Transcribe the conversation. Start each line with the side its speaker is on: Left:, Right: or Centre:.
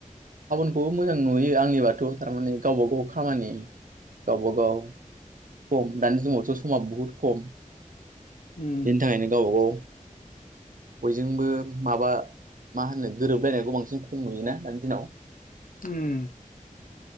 Right: टाउनखौबो मोजां नुयो आंनिबाथ' थार माने गावबा गाव खामानि गावबागाव। सम दानि जुगावथ' समा बहुद खम
Left: उम
Right: बिनि थाखायनो गावबा गाव
Left: <inaudible>
Right: बयजोंबो माबा मा होनो गोरोबलायनायखौ बांसिन खम नुयोना दानि दिनाव?
Left: उम।